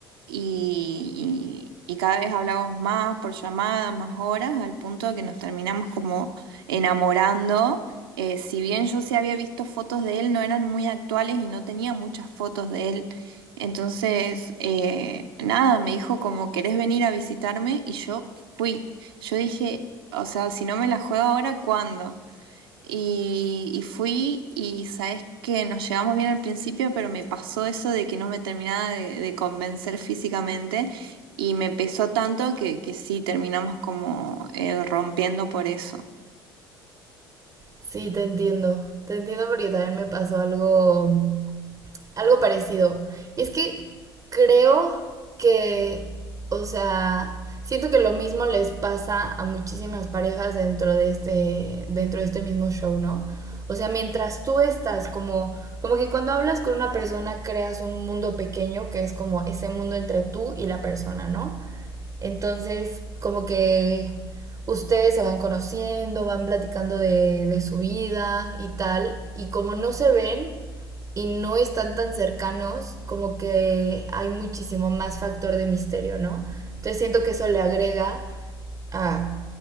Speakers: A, on the right (about 75°); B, on the right (about 25°).
A: y, y, y cada vez hablábamos más por llamadas, más horas, al punto de que nos terminamos como enamorando. Eh, si bien yo sí había visto fotos de él, no eran muy actuales y no tenía muchas fotos de él. Entonces, eh, nada, me dijo como, ¿querés venir a visitarme? Y yo fui. Yo dije, o sea, si no me la juego ahora, ¿cuándo? Y, y fui y sabes que nos llevamos bien al principio, pero me pasó eso de que no me terminaba de, de convencer físicamente y me pesó tanto que, que sí terminamos como eh, rompiendo por eso.
B: Sí, te entiendo. Te entiendo porque también me pasó algo, algo parecido. Y es que creo que, o sea, siento que lo mismo les pasa a muchísimas parejas dentro de este, dentro de este mismo show, ¿no? O sea, mientras tú estás como, como que cuando hablas con una persona creas un mundo pequeño que es como ese mundo entre tú y la persona, ¿no? Entonces, como que ustedes se van conociendo, van platicando de, de su vida y tal, y como no se ven y no están tan cercanos, como que hay muchísimo más factor de misterio, ¿no? Entonces siento que eso le agrega a